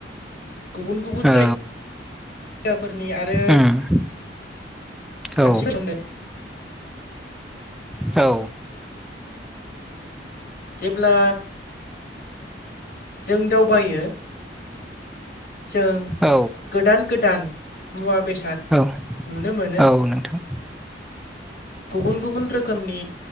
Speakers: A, on the left; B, in the centre.
A: गुबुन गुबुन
B: औ।
A: जायगाफोरनि आरो
B: उम
A: मानसिफोरनो
B: औ। औ।
A: जेब्ला जों दावबायो जों
B: औ
A: गोदान गोदान मुवा बेसाद
B: औ
A: नुनो मोनो।
B: औ नोंथां
A: गुबुन गुबुन रोखोमनि